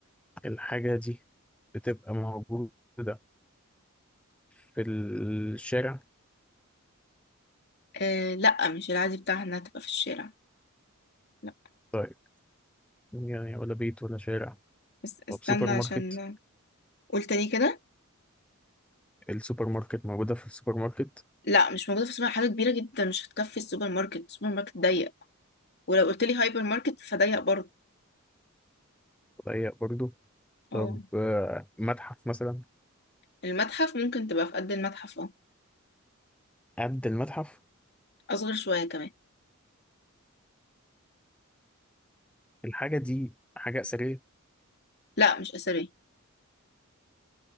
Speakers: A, in the centre; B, on the left (about 50°).
A: الحاجة دي بتبقى موجودة في الشارع
B: آه لا مش العادي بتاعها انها تبقى في الشارع لا
A: طيب يعني ولا بيت ولا شارع
B: بس
A: طب
B: استنى
A: سوبر
B: عشان
A: ماركت
B: قول تاني كده
A: السوبر ماركت موجودة في السوبر ماركت
B: لا مش موجودة في السوبر حاجة كبيرة جدا مش هتكفي السوبر ماركت السوبر ماركت ضيق ولو قلت لي هايبر ماركت فضيق برضه
A: ضيق برضو
B: اه
A: طب آه، متحف مثلا
B: المتحف ممكن تبقى في قد المتحف اه
A: قد المتحف
B: اصغر شوية كمان
A: الحاجة دي حاجة أثرية
B: لا مش أثرية